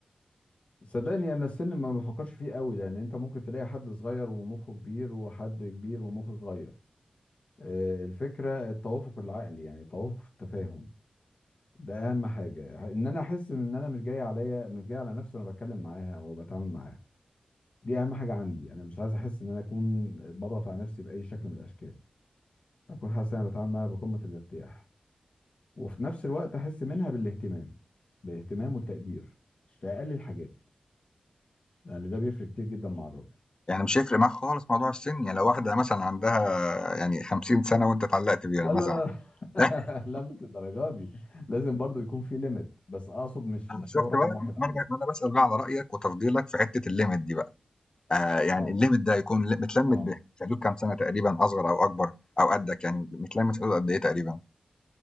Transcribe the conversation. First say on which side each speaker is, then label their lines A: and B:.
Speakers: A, on the left; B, on the left.
A: صدقني انا السن ما بفكرش فيه قوي لان انت ممكن تلاقي حد صغير ومخه كبير وحد كبير ومخه صغير آه، الفكرة التوافق العقلي يعني التوافق في التفاهم ده اهم حاجه ان انا احس ان انا مش جاي عليا مش جاي على نفسي وانا بتكلم معاها او بتعامل معاها دي اهم حاجه عندي انا مش عايز احس ان انا اكون بضغط على نفسي باي شكل من الاشكال اكون حاسس ان انا بتعامل معاها بقمه الارتياح وفي نفس الوقت احس منها بالاهتمام بالاهتمام والتقدير في اقل الحاجات لان ده بيفرق كتير جدا مع الراجل
B: يعني مش هيفرق معاك خالص موضوع السِن، يعني لو واحدة مثلًا عندها يعني 50 سَنة وأنت اتعلّقت بيها
A: لا
B: مثلًا
A: لا لا <laughs>
B: <laughs>
A: لا مش الدرجه دي لازم برضو يكون في ليميت بس اقصد مش
B: أنا
A: مش
B: شُفت
A: هو رقم
B: بقى؟
A: واحد عندي
B: ما أنا ما أنا باسأل بقى على رأيك وتفضيلك في حتّة الlimit دي بقى، آآ يعني
A: اه
B: الlimit ده هيكون ل متلمّت
A: اه
B: ب في حدود كام سَنة تقريبًا أصغر أو أكبر أو قدّك يعني متلمّت في حدود قد إيه تقريبًا؟